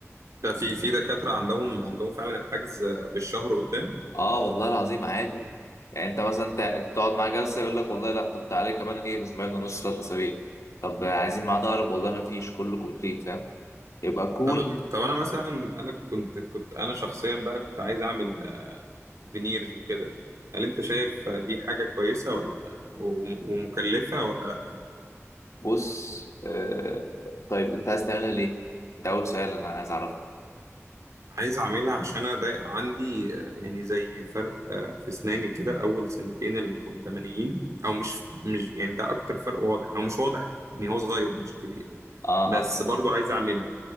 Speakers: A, on the right; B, on the left.
A: ده في في دكاترة عندهم عندهم فعلا الحجز بالشهر قدام
B: اه والله العظيم عادي يعني انت مثلا تع- تقعد مع جلسه يقول لك والله لا طب تعالى كمان ايه اسبوعين ونص ثلاث اسابيع طب عايزين ميعاد اقرب والله ما فيش كله كومبليت فاهم يبقى كل
A: طب أنا طب أنا مثلا أنا كنت كنت أنا شخصيا بقى كنت عايز أعمل آه، فينيرز وكده هل أنت شايف دي حاجة كويسة ولا و- ومكلفة ولا لأ؟
B: بص آه طيب انت عايز تعملها ليه؟ ده اول سؤال انا عايز اعرفه
A: عايز اعملها عشان انا ضايق عندي آه، يعني زي فرق آه، في اسناني كده اول سنتين القدامانيين او مش مش يعني ده اكتر فرق واضح او مش واضح يعني هو صغير مش كبير
B: اه
A: بس
B: اه
A: برضو عايز اعمله